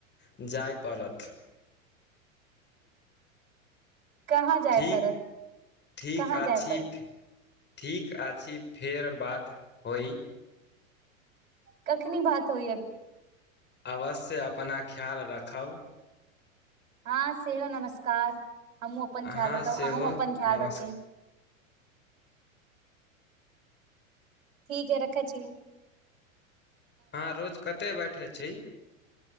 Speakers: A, on the left (about 25°); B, on the right (about 80°).
A: जाय पड़त
B: कहाँ जाय
A: ठीक
B: पड़त
A: ठीक
B: कहाँ
A: अछि
B: जाय पड़त
A: ठीक अछि फेर बात होइ
B: कखनी बात होइ अब
A: अवश्य अपना ख्याल राखब
B: हँ सेहो नमस्कार हमहुँ अपन
A: अहाँ
B: ख्याल रखब
A: सेहो
B: अहूँं अपन ख्याल
A: नमस्कार
B: रखें ठीक अई रखै छी
A: अहाँ रोज कते बैठे छी